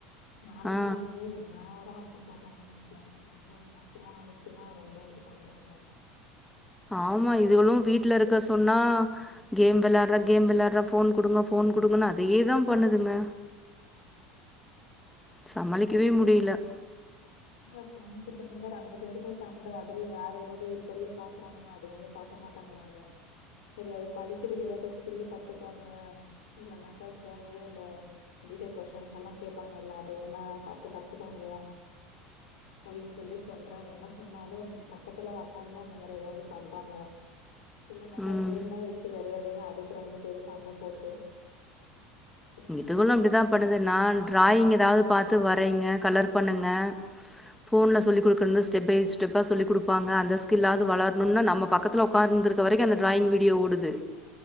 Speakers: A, on the left; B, in the centre.
A: நாலு
B: ஆ
A: நாலுலே என்ன ஒரு அம்மமா வீட்டுல வந்து நான் போன வைக்கிறேன் ரொம்ப இது பண்றாங்க
B: ஆமா இதுகளும் வீட்டுல இருக்க சொன்னா கேம் விளாடுற கேம் விளையாடுற போன் குடுங்க போன் குடுங்கன்னு அதேதான் பண்ணுதுங்க
A: <unintelligible>
B: சமாளிக்கவே முடியல
A: இத போன் குடுத்துட்டு இருந்தா ரெண்டு பேருக்கும் சண்ட ஆகுது வேற ஏதாவது ஒருபடியே பாக்குறாங்கன்னா அதுவுமே பாக்க மாட்டாங்கறாங்க செரி அது படிக்கிறதுக்கு ஏதாவது ஸ்கில் கத்துக்கோங்க இல்லன்னாக்கா போன்லயே இந்த ஜிகே கொஸின்ஸ் எல்லாம் கேட்பாங்கல்ல இதையெல்லா பாத்து கத்துக்கோங்க அப்டின்னு சொல்லி சொல்றேன் என்ன சொன்னாலும் பக்கத்துல உக்காந்தா இந்த மாரி ஏதாவது பண்றாங்க இல்ல நக்கா
B: ம்
A: கேம் தான் வச்சி வே அடுக்கு ரெண்டு பேரும் சண்ட போட்டு ரொம்ப
B: இதுகளும்
A: இது
B: அப்டித்தான்
A: பண்றாங்க.
B: பண்ணுது நான் டிராயிங் ஏதாவது பாத் து வரைங்க கலர் பண்ணுங்க போன்ல சொல்லிக் கொடுகுனது ஸ்டெப் பை ஸ்டெப்பா சொல்லி கொடுப்பாங்க அத ஸ்கில் ஆவது வளரணும்னு நம்ம பக்கத்துல உக்காந்து இருக்கிற வரைக்கும் அந்த ட்ராயிங் வீடியோ ஓடுது